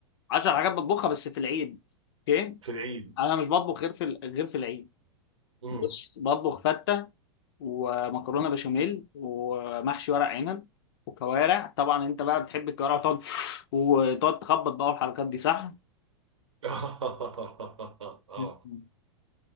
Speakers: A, on the left (about 55°); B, on the right (about 85°).
A: 10 حاجات بتطبخها بس في العيد اوكي
B: في العيد
A: انا مش بطبخ غير في ال- غير في العيد
B: امم
A: بص بطبخ فته ومكرونه بشاميل ومحشي ورق عنب وكوارع طبعا انت بقى بتحب الكوارع وتقعد <laughs> <sniffs> وتقعد تخبط بقى والحركات دي صح
B: <laughs> اه
A: <laughs>